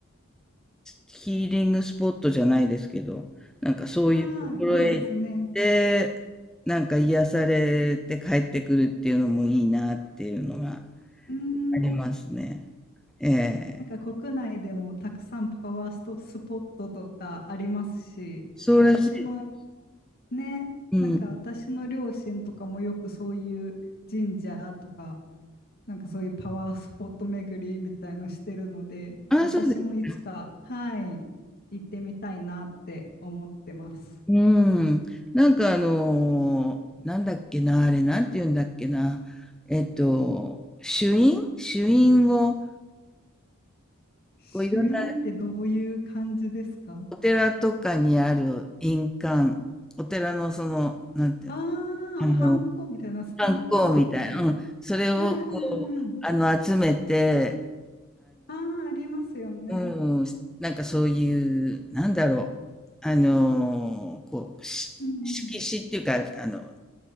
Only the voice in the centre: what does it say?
ヒーリングスポットじゃないですけど、なんかそういうところへ行って、
なんか癒されて帰ってくるっていうのもいいなっていうのが
ありますね。え
え。そうらしい。
うん。
ああ、
そうです。
うん。なんかあのーなんだっけな、あれ、なんて言うんだっけな。えっと、朱印朱印を、
こういろんな、お寺とかにある印鑑、お寺のその、なんていうの、
あの、
観光みたいな、うん、それをこう、
あの、集めて、
うん、なんかそういう、なんだろう、あの、こう、し色紙っていうか、
あの、